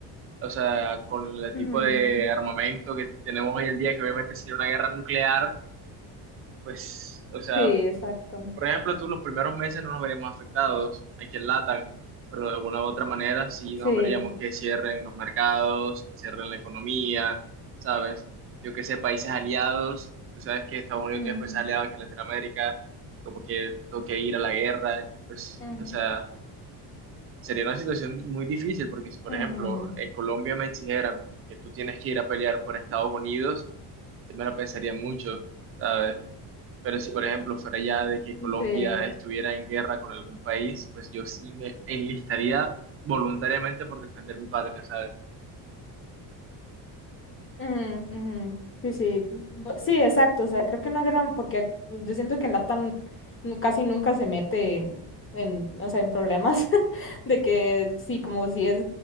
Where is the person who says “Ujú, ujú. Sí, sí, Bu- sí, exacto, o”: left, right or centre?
Left